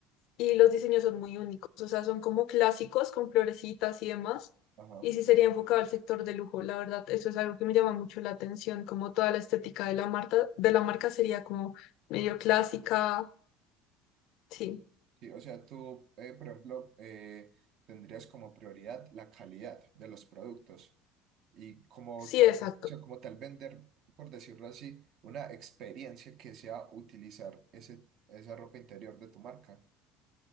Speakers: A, on the left (about 70°); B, on the right (about 60°).
A: y los diseños son muy únicos, o sea, son como clásicos con florecitas y demás.
B: Ajá.
A: Y sí sería enfocado al sector de lujo, la verdad, eso es algo que me llama mucho la atención, como toda la estética de la marca, de la marca sería como medio clásica, sí,
B: Sí, o sea, tú, eh, por ejemplo, eh, tendrías como prioridad la calidad de los productos y como
A: sí,
B: tal,
A: exacto,
B: o sea, como tal vender, por decirlo así, una experiencia que sea utilizar ese, esa ropa interior de tu marca.